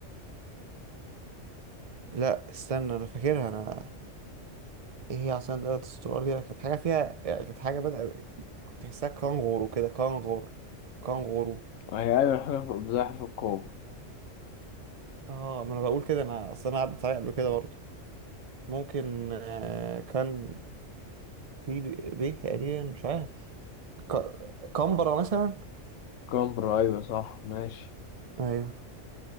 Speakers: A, on the right (about 45°); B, on the left (about 80°).
A: لا استنى أنا فاكرها أنا ايه هي عاصمة دولة أستراليا كانت حاجة فيها يعني كانت حاجة بدأ كنت تحسها كانغورو كده كانغور كانغورو
B: هي ايوه حاجة في زي حرف القاف
A: اه ما انا بقول كده انا اصل انا عدت عليا قبل كده برضه ممكن آه كان في بي- بيت تقريبا مش عارف ك- كمبرة مثلا
B: كامبرا ايوه صح ماشي
A: ايوه